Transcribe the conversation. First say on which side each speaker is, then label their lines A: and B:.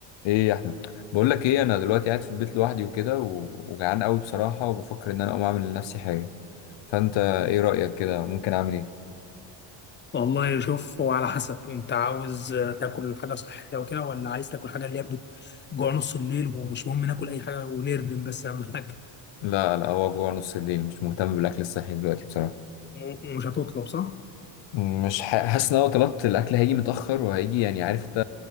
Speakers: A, on the left; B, on the left.
A: ايه يا احمد بقول لك ايه انا دلوقتي قاعد في البيت لوحدي وكده و- وجعان قوي بصراحه وبفكر ان انا اقوم اعمل لنفسي حاجه فانت ايه رايك كده ممكن اعمل ايه
B: والله شوف هو على حسب انت عاوز آه، تاكل حاجه صحيه وكده ولا عايز تاكل حاجه اللي هي بتجوع نص الليل ومش مهم ناكل اي حاجه ونردم بس اهم حاجه
A: لا لا هو جوع نص الليل مش مهتم بالاكل الصحي دلوقتي بصراحه
B: <laughs> م- مش هتطلب صح؟
A: مش ح- حاسس ان انا لو طلبت الاكل هيجي متاخر وهيجي يعني عارف انت